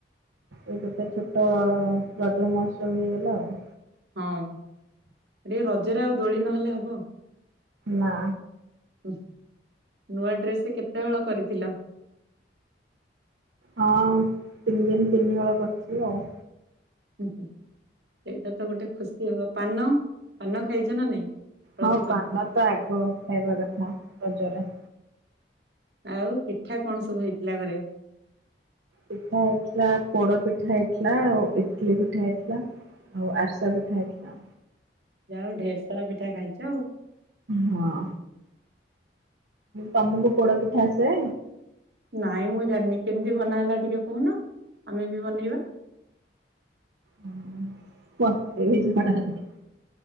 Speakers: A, on the right (about 80°); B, on the right (about 65°).
A: ଏ ଗୋଟେ ଛୋଟ ରଜ ମହୋତ୍ସବ ହେଇଗଲା ଆଉ।
B: ହଁ, ଟିକେ ରଜରେ ଆଉ ଦୋଳି ନହେଲେ ହବ।
A: ନା।
B: ଉହୁୁ ନୂଆ ଡ୍ରେସ କେତେ ହଳ କରିଥିଲ?
A: ହଁ, ତିନି ଦିନ ତିନି ହଳ କରିଥିଲି ଆଉ।
B: ହୁଁ ହୁଁ ସେଇଟା ତ ଗୋଟେ ଖୁସି ହବ। ପାନ ପାନ ଖାଇଛ ନା ନାଇଁ? ରଜପାନ
A: ହଁ, ପାନ ତ ଆଗ ଖାଇବା କଥା ରଜରେ।
B: ଆଉ ପିଠା କଣ ସବୁ ହେଇଥିଲା ଘରେ?
A: ପିଠା ହେଇଥିଲା, ପୋଡ ପିଠା ହେଇଥିଲା, ଆଉ ଇଟିଲି ପିଠା ହେଇଥିଲା। ଆଉ ଆରିସା ପିଠା ହେଇଥିଲା।
B: ଯାହା ଆଉ ଢେରସାରା ପିଠା ଖାଇଛ ଆଉ।
A: ହଁ। ତମକୁ ପୋଡ ପିଠା ଆସେ?
B: ନାଇଁ ମୁଁ ଜାଣିନି, କେମିତି ବନାହେଲା ଟିକେ କହୁନ ଆମେ ବି ବନେଇବା?
A: ହୁଁ ମୋତେ ବି ଜଣା ନାହିଁ।